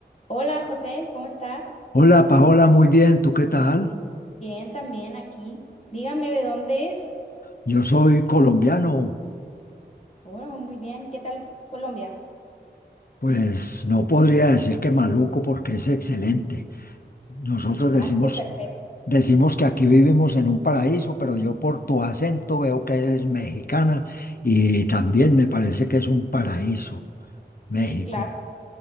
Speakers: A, on the left; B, on the left.
A: Hola José, ¿cómo estás?
B: Hola Paola, muy bien, ¿tú qué tal?
A: Bien, también aquí. Dígame de dónde es.
B: Yo soy colombiano,
A: Bueno, muy bien. ¿Qué tal Colombia?
B: pues no podría decir que maluco porque es excelente. Nosotros
A: Más
B: decimos,
A: que Perú.
B: decimos que aquí vivimos en un paraíso, pero yo por tu acento veo que eres mexicana y también me parece que es un paraíso, México.
A: Sí, claro,